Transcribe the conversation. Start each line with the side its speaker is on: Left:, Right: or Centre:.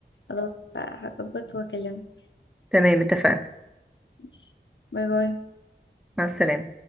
Left: خلاص هظبط واكلمك
Centre: تمام اتفقنا
Left: ماشي. باي باي
Centre: مع السلامه